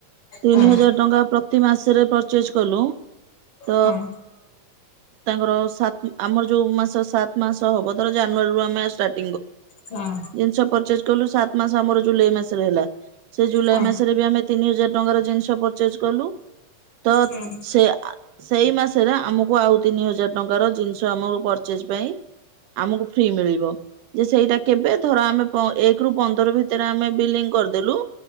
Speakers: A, on the right; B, on the left.
A: ତିନି
B: ହଁ
A: ହଜାର ଟଙ୍କା ପ୍ରତି ମାସରେ ପରଚେଜ କଲୁ ତ
B: ହଁ
A: ତାଙ୍କର ସାତ ଆମର ଯୋଉ ମାସ ସାତ ମାସ ହବ ଧର ଜାନୁଆରୀ ରୁ ଆମେ ଷ୍ଟାର୍ଟ
B: ହଁ
A: ଜିନିଷ ପରଚେଜ୍ କଲୁ ସାତ୍ ମାସ ଆମର ଜୁଲାଇ ମାସରେ ହେଲା ସେ ଜୁଲାଇ
B: ହଁ।
A: ମାସରେ ବି ଆମେ ତିନି ହଜାର ଟଙ୍କାର ଜିନିଷ ପରଚେଜ କଲୁ ତ
B: ହୁଁ।
A: ସେ ଆ ସେଇ ମାସରେ ଆମକୁ ଆଉ ତିନି ହଜାର ଟଙ୍କାର ଜିନିଷ ଆମକୁ ପରଚେଜ ପାଇଁ ଆମକୁ ଫ୍ରି ମିଳିବ। ଯେ ସେଇଟା କେବେ ଧର ଆମେ ଏକ ରୁ ପନ୍ଦର ଭିତରେ ଆମେ ବିଲଂ କରିଦେଲୁ